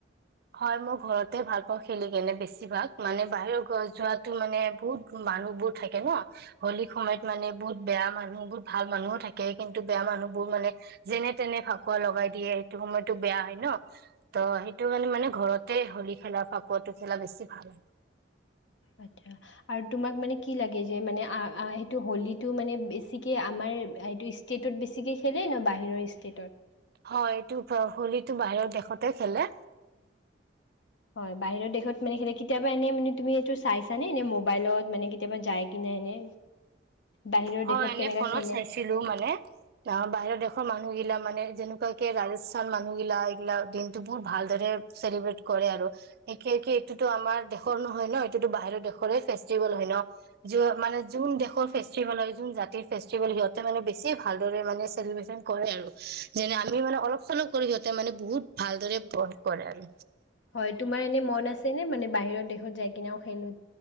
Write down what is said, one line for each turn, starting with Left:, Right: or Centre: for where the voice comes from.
Right: হয় মই ঘৰতে ভাল পাওঁ। খেলি কেনে বেছিভাগ মানে বাহিৰৰ ঘৰ যোৱা মানে বহুত মানুহ বোৰ থাকে ন হলীৰ সময়ত মানে বহুত বেয়া মানুহ বহুত ভাল মানুহও থাকে। কিন্তু বেয়া মানুহ বোৰ মানে যেনে তেনে ফাকুৱা লগাই দিয়ে সেইটো সময়তো বেয়া হয় ন ত সেইটো। সেইটো মানে -মানে ঘৰতে হলী খেলা ফাকুৱাটো খেলা বেছি ভাল।
Left: আচ্ছা আৰু তোমাক মানে কি লাগে যে মানে সেইটো হলীটো মানে বেছিকে আমাৰ ষ্টেটত বেছিকে খেলে ন বাহিৰৰ ষ্টেটত?
Right: হয় ।এইটো হোলীটো বাহিৰৰ দেশতে খেলে।
Left: হয়, বাহিৰৰ দেশত মানে কেতিয়াবা এনে মানে তুমি এইটো চাইছানে এ মবাইলত মানে কেতিয়াবা যায় কিনে এনে? বাহিৰৰ
Right: হয়,
Left: দেশত
Right: এনে
Left: কেনেকৈ
Right: ফোনত
Left: খেলে
Right: চাইছিলো মানে অ বাহিৰৰ দেশৰ মানুহগিলাক। মানে যেনেকুৱাকে ৰাজস্থান মানুহগিলা এইগিলাক দিনতটো বহু ভালদৰে চেলিব্ৰট কৰে আৰু এইটোতো আমাৰ দেশৰ নহয় ন 'এইটোতো বাহিৰৰ দেশৰে ফেষ্টিভেল হয় ন মানে যোন দেশৰ ফেষ্টিভেল হয় জাতিৰ ফেষ্টিভেল সিহঁতে মানে বেছি ভালদৰে মানে চেলিব্ৰেচন কৰে আৰু যেনে আমি মানে অলপ চলপ কৰি সিহঁতে মানে বহুত ভালদৰে কৰে আৰু।
Left: হয় তোমাৰ এনে মন আছেনে মানে বাহিৰৰ দেশত যাই কিনে খেলো।